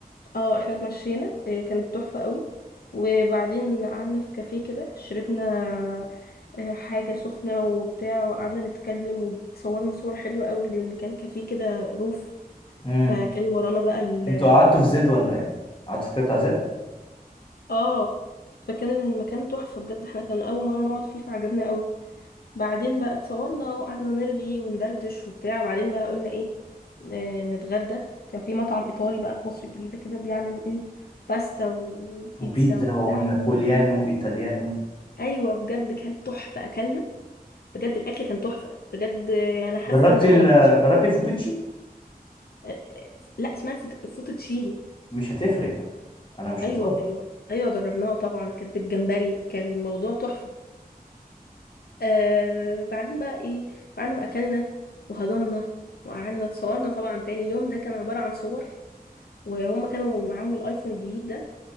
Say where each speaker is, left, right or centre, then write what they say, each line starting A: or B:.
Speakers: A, on the left; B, on the left.
A: اه احنا اتمشينا إيه، كانت تحفة قوي وبعدين قعدنا في كافيه كده شربنا آه، حاجة سخنة وبتاع وقعدنا نتكلم وتصورنا صور حلوة قوي لأن كان كافيه كده روف
B: مم.
A: فكان ورانا بقى ال
B: انتوا قعدتوا في زد ولا ايه؟ قعدتوا في كده بتاع زد؟
A: اه فكان المكان تحفة بجد احنا كان أول مرة نقعد فيه فعجبنا قوي بعدين بقى اتصورنا وقعدنا نرغي وندردش وبتاع بعدين بقى قلنا ايه آه نتغدى كان في مطعم ايطالي بقى في مصر الجديدة كده بيعمل ايه باستا وبيتزا
B: وبيتزا
A: وبتاع
B: ونابوليانو ايطاليانو
A: ايوه بجد كان تحفة اكلنا بجد الاكل كان تحفة بجد آه، انا حاسة
B: جربتي
A: ان انا
B: ال
A: ما رحتش-
B: جربتي الفوتوتشي؟
A: آه، آه، لا اسمها فوت- فوتوتشيني
B: مش هتفرق انا مش
A: ايوه
B: ايطالي
A: ايوه ايوه جربناها طبعا كانت بالجمبري كان الموضوع تحفة آه بعدين بقى ايه بعد ما اكلنا وهضمنا وقعدنا اتصورنا طبعا تاني اليوم ده كان عبارة عن صور وهم كانوا معاهم الايفون الجديد ده